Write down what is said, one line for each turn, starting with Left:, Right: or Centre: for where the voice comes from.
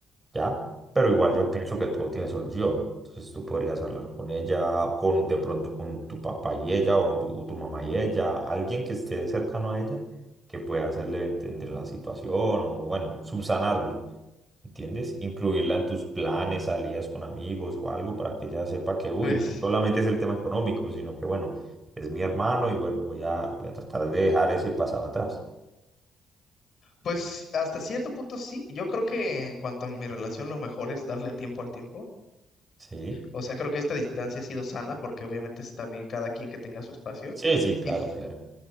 Right: ¿ya? Pero igual yo pienso que todo tiene solución. Entonces tú podrías hablar con ella, con de pronto con tu papá y ella, o tu, o tu mamá y ella, alguien que esté cercano a ella, que pueda hacerle entender la situación o, bueno, subsanarlo, ¿entiendes? Incluirla en tus planes, salidas con amigos o algo para que ella sepa que, uy,
Left: Pues,
Right: no solamente es el tema económico, sino que, bueno, es mi hermano y, bueno, voy a, voy a tratar de dejar ese pasado atrás.
Left: pues hasta cierto punto sí. Yo creo que en cuanto a mi relación, lo mejor es darle tiempo al tiempo.
Right: Sí,
Left: O sea, creo que esta distancia ha sido sana porque obviamente es también cada quien que tenga su espacio.
Right: sí, sí, claro,
Left: Y, f-
Right: claro,